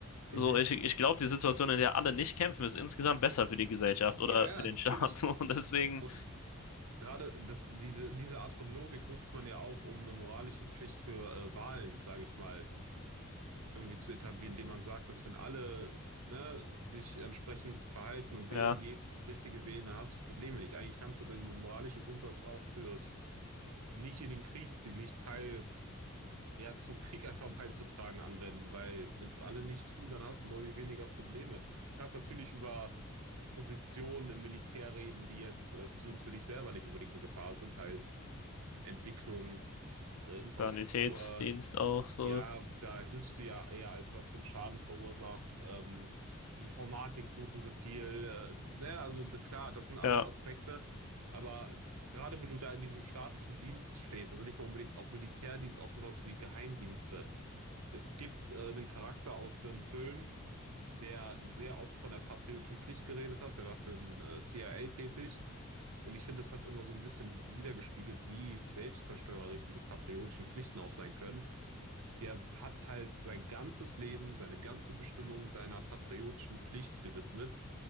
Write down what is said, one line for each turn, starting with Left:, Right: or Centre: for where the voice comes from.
Left: So,
Right: Mhm.
Left: ich, ich glaube, die Situation, in der alle nicht kämpfen, ist insgesamt besser für die Gesellschaft
Right: Ja,
Left: oder
Right: ja,
Left: für den
Right: natürlich.
Left: Staat. <laughs> So, und deswegen
Right: Und gerade das, diese, diese Art von Logik nutzt man ja auch, um eine moralische Pflicht für äh, Wahlen, sage ich mal, irgendwie zu etablieren, indem man sagt, dass wenn alle ne, sich entsprechend verhalten und wählen
Left: Ja,
Right: gehen, das Richtige wählen, dann hast du Probleme nicht. Eigentlich kannst du den moralischen Grundsatz auch fürs nicht in den Krieg ziehen, nicht Teil ja zum Krieg einfach <laughs> beizutragen anwenden, weil wenn es alle nicht tun, dann hast du deutlich weniger Probleme. Du kannst natürlich über Positionen im Militär reden, die jetzt äh, zumindest für dich selber nicht unbedingt eine Gefahr sind, heißt Entwicklung, äh, Infrastruktur.
Left: Sanitätsdienst auch so.
Right: Ja, da hilfst du ja eher, als dass du einen Schaden verursachst. Ähm, Informatik suchen sie viel. Äh, ne, also d- klar, das sind alles
Left: Ja,
Right: Aspekte. Aber gerade wenn du da in diesem staatlichen Dienst stehst, also nicht mal unbedingt auch Militärdienst, auch sowas wie Geheimdienste. Es gibt äh, einen Charakter aus einem Film, der sehr oft von der patriotischen Pflicht geredet hat. Der war für den äh, CIA tätig. Und ich finde, das hat's immer so ein bisschen wiedergespiegelt wie selbstzerstörerisch diese patriotischen Pflichten auch sein können. Der hat halt sein ganzes Leben, seine ganze Bestimmung seiner patriotischen Pflicht gewidmet